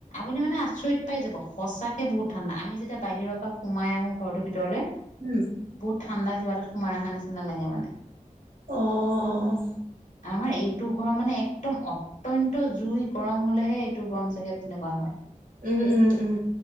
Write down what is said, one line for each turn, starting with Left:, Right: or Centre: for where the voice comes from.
Left: আপুনি মানে আচৰিত পাই যাব সঁচাকৈ বহুত ঠাণ্ডা আমি যেতিয়া বাহিৰৰ পৰা সোমাই আহোঁ ঘৰটোৰ ভিতৰলৈ
Right: উম।
Left: বহুত ঠাণ্ডা কিবা এাত সোমাই অহা নিচিনা লাগে মানে
Right: আহ
Left: আমাৰ এইটো ঘৰ মানে একদম অত্যন্ত জুই গৰম হলেহে এইটো গৰম চাগে তেনেকুৱা হয়।
Right: উম উম উম।